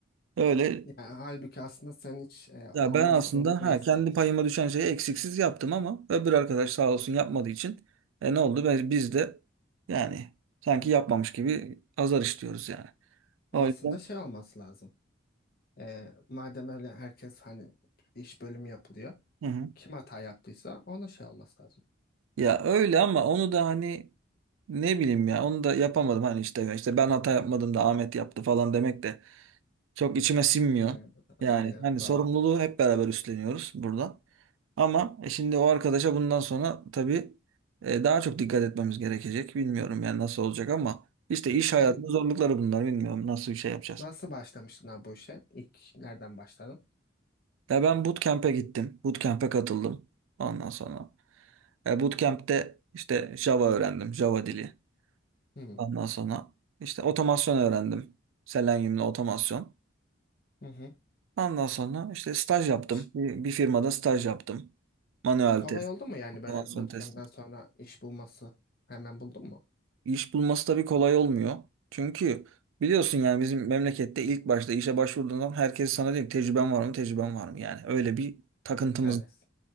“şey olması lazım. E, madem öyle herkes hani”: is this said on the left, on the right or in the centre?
Left